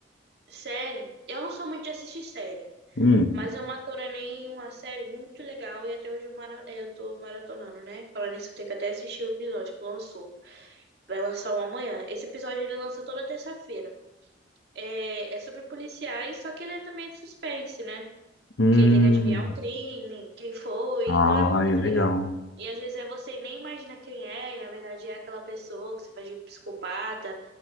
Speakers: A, on the right (about 60°); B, on the left (about 75°).
A: Série, eu não sou muito de assistir série.
B: Hum.
A: Mas eu maratonei uma série muito legal e até hoje eu, mara... eu tô maratonando, né? Falando nisso, eu tenho que até assistir o episódio que lançou. Vai lançar um amanhã. Esse episódio ele lança toda terça-feira. É... é sobre policiais, só que ele é também de suspense, né?
B: Hum.
A: Porque tem que adivinhar o crime, quem foi.
B: Ah,
A: Então é muito
B: legal.
A: legal. E às vezes é você nem imagina quem é, e na verdade é aquela pessoa que você faz de psicopata.